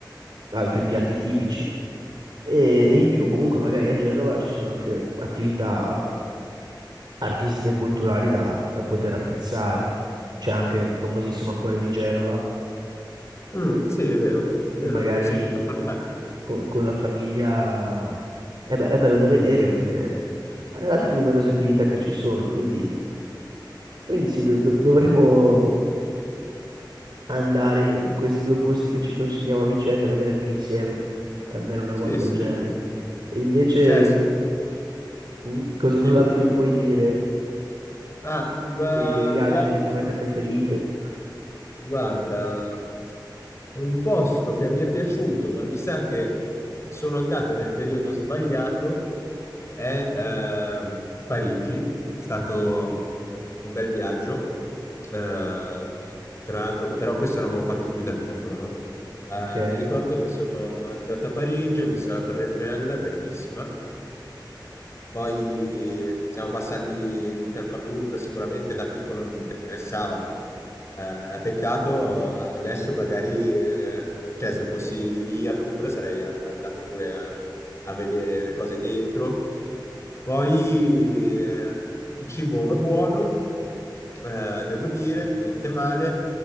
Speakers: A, on the right (about 70°); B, on the left (about 35°).
A: altri piatti tipici. E, e in più, comunque, magari a Genova ci sono anche attività artistiche e culturali da, da poter apprezzare. C'è anche il famosissimo Acquario di Genova,
B: mm, sì, è vero, è
A: e
B: vero,
A: magari
B: ne ho sentito parlare.
A: co- con la famiglia è, be- è bello da vedere, oltre alle altre numerose attività che ci sono. Quindi, quindi sì, do- do- dovremmo andare in questi due posti che ci consigliamo a vicenda, magari anche insieme, andare una
B: Sì,
A: volta
B: sì.
A: a Genova. E invece,
B: Cioè, sì,
A: co- mm, cos-
B: dimmi,
A: cos'altro
B: dimmi.
A: mi puoi dire
B: Ah, ma
A: dei tuoi viaggi,
B: di altri
A: delle tue
B: posti,
A: mete preferite?
B: guarda, un posto che mi è piaciuto, ma mi sa che sono andato nel periodo sbagliato, è ehm, Parigi. È stato un bel viaggio. Eh, tra l'altro, però questo l'avevo fatto più da piccolo, no? Eh,
A: Ok,
B: mi ricordo che sono andato a Parigi, ho visto la Torre Eiffel, bellissima. Poi siamo passati di fianco al Louvre, sicuramente da piccolo non mi interessava. Eh, peccato, adesso magari, eh, cioè se fossi lì al Louvre sarei andato pure a, a vedere le cose dentro. Poi eh, il cibo è buono, eh, devo dire, niente male,